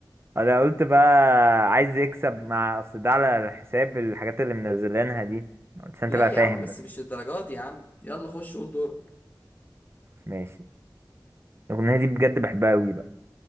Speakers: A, on the right; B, on the left.
A: انا قلت بقى عايز يكسب مع اصل ده على حساب الحاجات اللي منزلينها دي عشان
B: لا
A: تبقى
B: يا
A: فاهم
B: عم بس
A: بس
B: مش الدرجات دي يا عم يلا خش قول دورك
A: ماشي الاغنيه دي بجد بحبها قوي بقى